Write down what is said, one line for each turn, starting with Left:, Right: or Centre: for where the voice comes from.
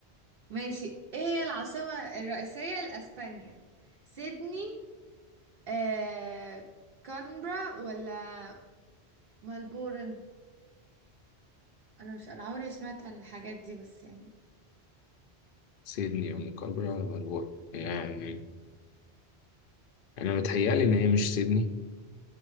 Right: ماشي ايه هي العاصمة الرئيسية لأسبانيا سيدني آه... كانبرا ولا ملبورن انا مش انا عمري ما سمعت عن الحاجات دي بس يعني
Left: سيدني ولا كالبرا ولا ملبورن يعني أنا متهيألي إن هي مش سيدني